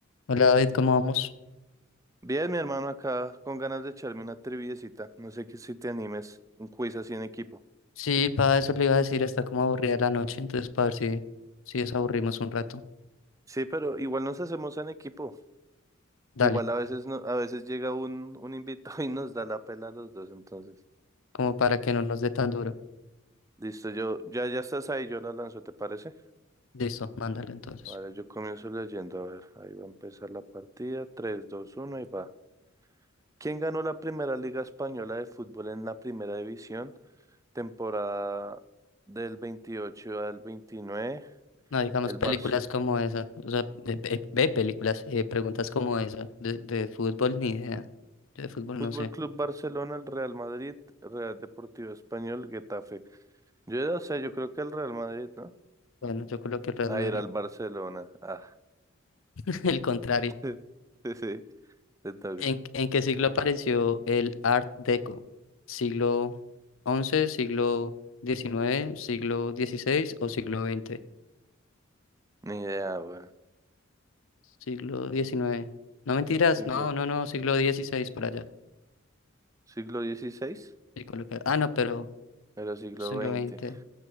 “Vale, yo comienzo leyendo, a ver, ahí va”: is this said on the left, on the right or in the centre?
Right